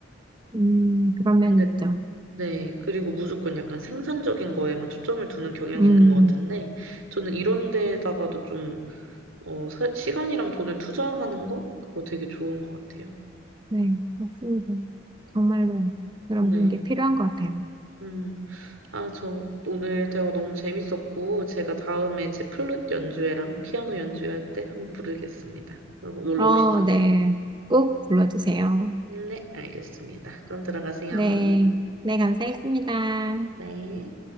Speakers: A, on the right (about 25°); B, on the right (about 85°).
A: 음, 그런
B: 근데
A: 면이 있죠.
B: 네, 그리고 무조건 약간 생산적인 거에만 초점을 두는 경향이
A: 음.
B: 있는 것 같은데, 저는 이런 데다가도 좀, 어, 사- 시간이랑 돈을 투자하는 거? 그거 되게 좋은 것 같아요.
A: 네, 맞습니다. 정말로 그런
B: 네.
A: 분께 필요한 것 같아요.
B: 음, 아, 저 오늘 대화 너무 재밌었고, 제가 다음에 제 플룻 연주회랑 피아노 연주회 할 때 한번 부르겠습니다. 놀러
A: 어,
B: 오시죠.
A: 네. 꼭 불러주세요.
B: 네, 알겠습니다. 그럼 들어가세요.
A: 네. 네, 감사했습니다.
B: 네.